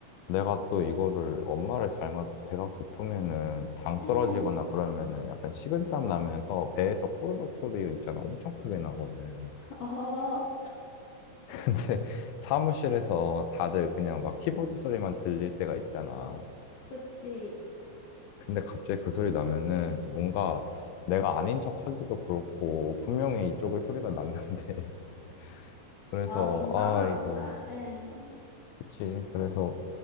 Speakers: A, on the left; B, on the left.
A: 내가 또 이거를 엄마를 닮아서 배가 고프면은 당
B: 응.
A: 떨어지거나 그러면은 약간 식은땀 나면서 배에서 꼬르륵 소리 있잖아. 엄청 크게 나거든.
B: 어,
A: 근데 <laughs> 사무실에서 다들 그냥 막 키보드 소리만 들릴 때가 있잖아.
B: 그치.
A: 근데 갑자기 그 소리 나면은 뭔가 내가 아닌 척 하기도 그렇고 분명히 이쪽에 소리가 났는데 <laughs> 그래서
B: 아, 민망하구나.
A: 아 이거
B: 응.
A: 그치. 그래서